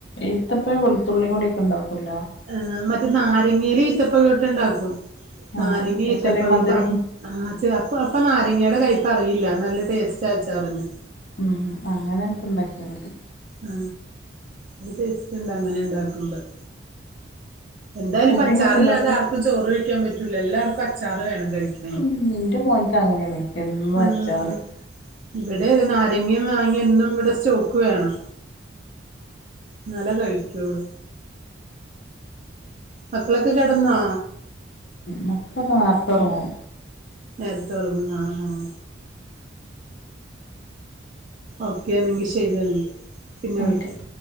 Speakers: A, on the left; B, on the right.
A: ഈത്തപ്പ വെളുത്തുള്ളിയ കൂടി ഒക്കെ ഉണ്ടാക്കൂല്ലോ
B: ആ് മറ്റേ നാരങ്ങൽ ഈത്തപ്പഴോട്ട ഉണ്ടാക്കും
A: ആഹ്
B: നാരങ്ങി
A: അപ്പൊ
B: ഈത്തപ്പഴ
A: ചെറിയ മധുരം
B: ആഹ് അപ്പ അപ്പൊ നാരങ്ങയുടെ കൈയിപ്പ അറിയില്ല നല്ല ടേസ്റ്റ് അച്ചാറിന്
A: മം അങ്ങനെയൊക്കെ ഉണ്ടാക്കിയാൽ മതി
B: ആ അത് ടേസ്റ്റ് ഉണ്ട് അങ്ങനെ ഉണ്ടാക്കുമ്പോൾ എന്തായാലും
A: പുഡിംഗ്
B: അച്ചാർ
A: ഒക്കെ
B: ഇല്ലാതെ
A: ഉണ്ടാക്കും
B: ചോറ് കഴിക്കാൻ പറ്റൂില്ല എല്ലാവർക്കും അച്ചാറ് വേണം കഴിക്കും
A: മം എന്റെ മോൻക്ക് അങ്ങനെയാണ് എന്നും
B: ആഹ്
A: അച്ചാറ്
B: ഇവിടെ നാരങ്ങയും മാങ്ങയും എന്നും ഇവിടെ സ്റ്റോക്ക് വേണം എന്നാലോ കഴിക്കോളൂ മക്കളൊക്കെ കിടന്നാ
A: മക്കളക്കെ നേർത്തറൊങ്ങും.
B: നേരത്തെർങ്ങുന്നാ ആഹ് ആഹ ഓക്കൊന്നെങ്കിൽ ശരിയാന്ന് പിന്നെ വിളിക്കാം
A: ഓക്കെ